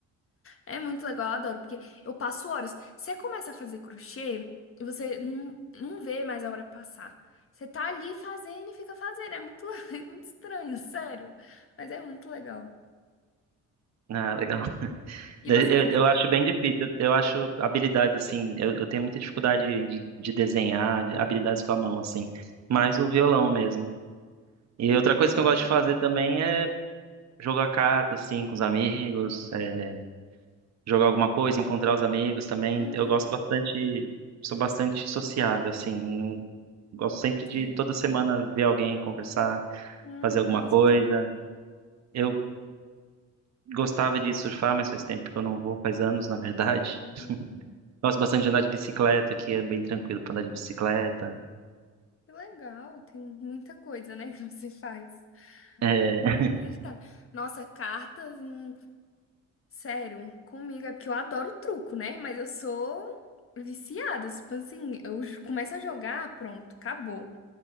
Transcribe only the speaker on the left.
É muito legal, eu adoro, porque eu passo horas. Você começa a fazer crochê e você não, não vê mais a hora passar. Você tá ali fazendo e fica fazendo. É muito, <laughs> é muito estranho, sério. Mas é muito legal.
E
você faz
outra.
Hum,
Uhum.
Sim.
Hum,
nossa,
eu tô vendo.
Hum.
Que legal, tem muita coisa, né, que você faz.
A vida é bem agitada. Nossa, cartas. hum, Sério, comigo é porque eu adoro truco, né? Mas eu sou viciada. Tipo assim, eu j- começo a jogar, pronto, acabou.